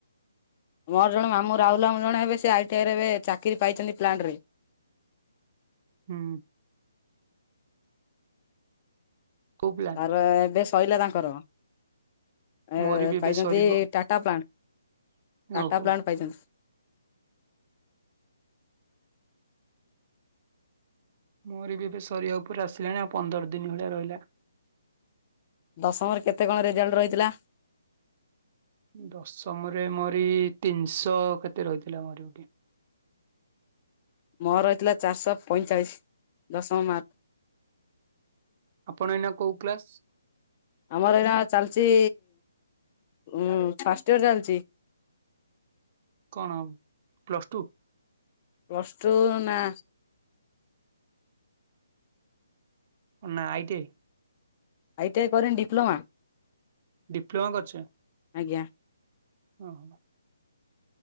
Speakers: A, on the left; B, on the right.
A: ମୋର ଜଣେ ମାମୁ ରାହୁଲ୍ ମାମୁଁ ଜଣେ ହେବେ ସେ ଆଇ ଟି ଆଇ ଏବେ ଚାକିରି ପାଇଚନ୍ତି ପ୍ଲାଣ୍ଟରେ।
B: ହୁଁ। କୋଉ ପ୍ଲାନ
A: ତାର ବା ଏବେ ଶୋଇିଲା ତାଙ୍କର। ଆ
B: ମୋର ବି
A: ପାଇଚନ୍ତି
B: ଏବେ ସରିବ
A: ଟାଟା ପ୍ଲାଣ୍ଟ। ଟାଟା
B: ଓହୋ
A: ପ୍ଲାଣ୍ଟ ପାଇଚନ୍ତି।
B: ମୋର ବି ଏବେ ସରିବା ଉପରେ ଆସିଲାଣି ଆଉ ପନ୍ଦର ଦିନ ଭଳିଆ ରହିଲା।
A: ଦଶମରେ କେତେ କଣ ରେଜଲ୍ଟ୍ ରହିଥିଲା?
B: ଦଶମରେ ମୋରି ଏଇ ତିନିଶହ କେତେ ରହିଥିଲା ମୋରି ଗୋଟେ।
A: ମୋର ରହିଥିଲା ଚାରିଶହ ପଇଁଚାଳିଶ ଦଶମ ମାର୍କ।
B: ଆପଣ ଏଇନା କୋଉ କ୍ଲାସ?
A: ଆମର ଏଇନା ଚାଲିଛି ଉଁ ଫାଷ୍ଟ ଇୟର ଚାଲିଛି।
B: କଣ ପ୍ଲସ୍ ଟୁ?
A: ପ୍ଲସ୍ ଟୁ ନା।
B: ନା ITI?
A: ITI କରିନି ଡିପ୍ଲୋମା।
B: ଡିପ୍ଲୋମା କରିଚ?
A: ଆଜ୍ଞା।
B: ଅହୋ।